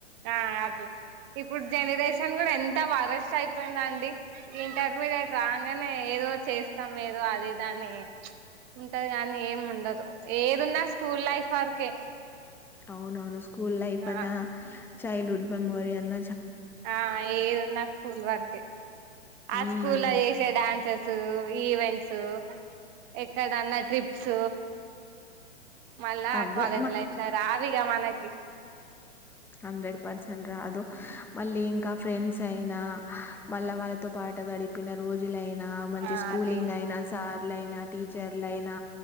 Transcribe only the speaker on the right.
ఆ అద ఇప్పుడు జనరేషన్ కూడా ఎంత వరస్ట్ అయిపోయిందండి ఇంటర్మీడియట్ రాగానే ఏదో చేస్తాం ఏదో అది దాని ఉంటది కానీ ఏం ఉండదు ఏదున్నా స్కూల్ లైఫ్ వరకే
ఆ
ఆ ఏది ఉన్న స్కూల్ వరకే ఆ
స్కూల్ లో చేసే డాన్సెస్ ఈవెంట్స్ ఎక్కడన్నా ట్రిప్స్ మళ్ళా
కాలేజ్ లైఫ్స్ అవి రావు ఇగ మనకి
ఆ
అదే